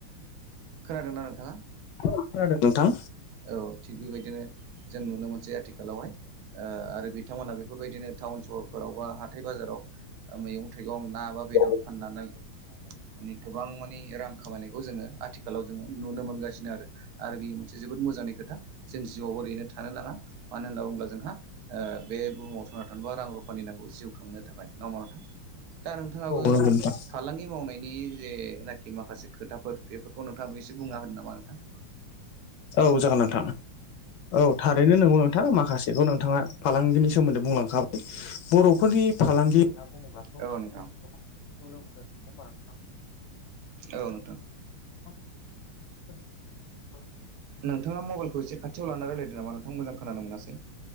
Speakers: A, on the right; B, on the left.
A: खोनादोंना नोंथाङा?
B: खोनांदों नोंथां।
A: औ थिग बेबायदिनो जों नुनो मोनसै आथिखालावहाय ओ आरो बिथांमोनहा बेफोरबायदिनो टाउन सहरफोर खोबा हाथाइ बाजाराव ओ मैगं थाइगं ना बा बेदर
B: औ
A: फाननानै माने गोबां मानि रां खामायनायखौ जोङो आथिखालाव जोङो नुनो मोनगासिनो आरो आरो बियो मोनसे जोबोद मोजांनि खोथा। जों जिउआवबो ओरैनो थानो नाङा मानो होनना बुङोब्ला जोंहा ओ बे बुहुमाव थांना थानोबा रां रुफानि नांगौ। जिउ खांनो थाखाय नङा होनबा नोथां दा नोंथाङाबो
B: नंगौ नोंथां
A: फालांगि मावनायनि जे खि माखासे खोथाफोर बेफोरखौ नोंथाङाबो एसे बुंना होनो नामा नोंथां।
B: औ जागोन नोंथां औ थारैनो नोंगौ नोंथां माखासेखौ नोंथाङा फालांगिनि सोमोन्दो। बुंलांखाबाय बर'फोरनि फालांगि होनना बुङोब्लाथ' जों
A: औ नोंथां
B: गोबां नुनो मोनो नङा होनबा नोंथां।
A: औ नोंथां।
B: <inaudible>
A: नोंथाङा मबाइलखौ एसे खाथियाव लाना रायलायदो नामा नोंथां मोजां खोनानो मोनासै